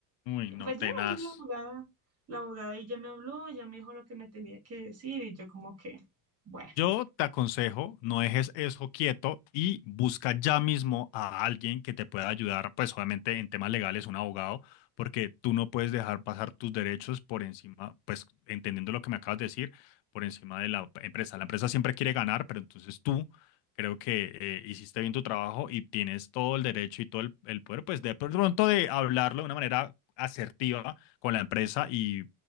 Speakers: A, on the left; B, on the right.
A: uy,
B: Y
A: no,
B: pues
A: tenaz.
B: ya ahí la abogada, la abogada y ya me habló, ya me dijo lo que me tenía que decir y yo como que, bueno.
A: Yo te aconsejo, no dejes eso quieto y busca ya mismo a alguien que te pueda ayudar, pues obviamente en temas legales, un abogado, porque tú no puedes dejar pasar tus derechos por encima, pues entendiendo lo que me acabas de decir, por encima de la empresa. La empresa siempre quiere ganar, pero entonces tú creo que eh, hiciste bien tu trabajo y tienes todo el derecho y todo el, el poder, pues de pronto de hablarlo de una manera asertiva con la empresa y